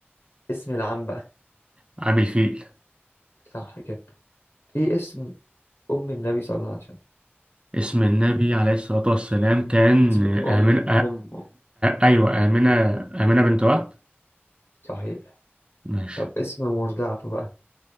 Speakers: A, on the left; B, on the right.
A: اسم العام بقى
B: عامل فيل
A: صح كده ايه اسم أم النبي صلى الله عليه وسلم
B: اسم النبي عليه الصلاة والسلام كان
A: اسم
B: آمنة
A: أمه أمه
B: أيوه آمنة آمنة بنت وهب
A: صحيح
B: ماشي
A: طب اسم مرضعته بقى